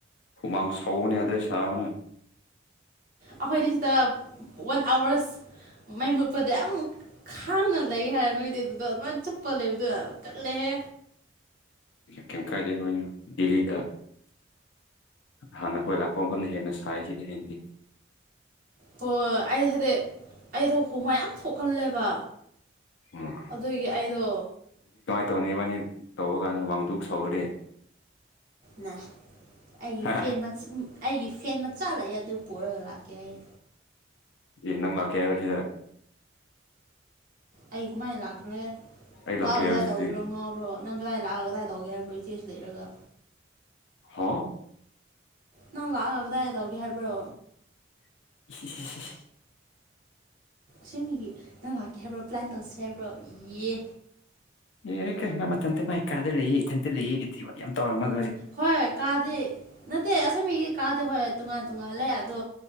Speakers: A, on the left (about 70°); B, on the right (about 45°).
A: ꯍꯨꯃꯥꯡ ꯁꯧꯕꯅ ꯌꯥꯗ꯭ꯔꯦ ꯁꯥꯕꯅ
B: ꯑꯩꯈꯣꯏꯗꯤ ꯁꯤꯗ ꯋꯥꯟ ꯑꯥꯋꯔꯁ ꯃꯩ ꯃꯨꯠꯄꯗ ꯌꯥꯝ ꯈꯥꯡꯅ ꯂꯩ ꯍꯥꯏꯌꯦ ꯅꯣꯏꯗꯤ ꯑꯗꯨꯗꯣ ꯑꯗꯨꯃꯥꯏꯅ ꯆꯞꯄ ꯂꯩꯕꯗ ꯀꯜꯂꯦꯍꯦ
A: ꯀꯦꯝ ꯀꯥꯢꯗꯦ ꯗꯦꯂꯤꯗ ꯍꯥꯟꯅ ꯑꯩꯈꯣꯏ ꯂꯥꯛꯄ ꯃꯐꯝꯗ ꯍꯦꯟꯅ ꯁꯥꯏꯁꯤꯗꯤ ꯍꯦꯟꯅꯤ
B: ꯍꯣꯏ ꯑꯩ ꯍꯥꯏꯗꯤ ꯑꯩꯗꯣ ꯍꯨꯃꯥꯡ ꯌꯥꯝ ꯊꯣꯛꯀꯜꯂꯦꯕ
A: ꯎꯝ
B: ꯑꯗꯨꯒꯤ ꯑꯩꯗꯣ
A: ꯇꯧꯅꯩꯕꯥꯅꯤ ꯇꯧꯕ ꯀꯥꯟꯗ ꯍꯨꯃꯥꯡꯗꯨꯛ ꯁꯧꯔꯗꯤ
B: ꯅꯦ ꯑꯩꯒꯤ
A: ꯍꯥ
B: ꯐꯦꯟ ꯃꯆꯥ ꯑꯩꯒꯤ ꯐꯦꯟ ꯃꯆꯥ ꯂꯩꯑꯦ ꯑꯗꯨ ꯄꯨꯔꯒ ꯂꯥꯛꯀꯦ ꯑꯩ
A: ꯑꯦ ꯅꯪ ꯂꯥꯛꯀꯦ ꯍꯥꯢꯔ ꯀꯤꯔ
B: ꯑꯩ ꯀꯃꯥꯏ ꯂꯥꯛꯇꯣꯔꯦ
A: ꯑꯩ ꯂꯥꯛꯀꯦ
B: ꯂꯥꯛꯑ ꯀꯗꯥꯏ
A: ꯍꯥꯏꯕꯁꯤꯗꯤ
B: ꯇꯧꯒꯦꯔꯣ ꯉꯥꯎꯕ꯭ꯔꯣ ꯅꯪ ꯀꯗꯥꯏ ꯂꯥꯛꯑꯒ ꯀꯗꯥꯏ ꯇꯧꯒꯦ ꯍꯥꯏꯕ꯭ꯔꯣ ꯏꯆꯦꯁꯨ ꯂꯩꯔꯒ
A: ꯍꯥ
B: ꯅꯪ ꯂꯥꯛꯑꯒ ꯀꯗꯥꯏ ꯇꯧꯒꯦ ꯍꯥꯏꯕ꯭ꯔꯣ
A: <unintelligible>
B: ꯁꯦꯡꯕꯒꯤ ꯅꯪ ꯉꯥꯛꯀꯦ ꯍꯥꯏꯕ꯭ꯔꯣ ꯄ꯭ꯂꯥꯟ ꯇꯧꯁꯦ ꯍꯥꯏꯕ꯭ꯔꯣ ꯌꯦ
A: ꯑꯦ ꯀꯦ ꯃꯥ ꯃꯊꯟꯇ ꯃꯥꯏ ꯀꯥꯗ ꯂꯩꯦꯥꯌꯦ ꯏꯊꯟ ꯂꯩꯦꯥꯌꯦ ꯌꯥꯝ ꯇꯧꯔꯃꯒ
B: ꯍꯣꯏ ꯀꯥꯗꯤ ꯅꯠꯇꯦ ꯑꯁꯦꯡꯕꯒꯤ ꯀꯥꯗꯤ ꯍꯣꯏ ꯇꯣꯉꯥꯟ ꯇꯣꯉꯥꯟꯂ ꯑꯗꯣ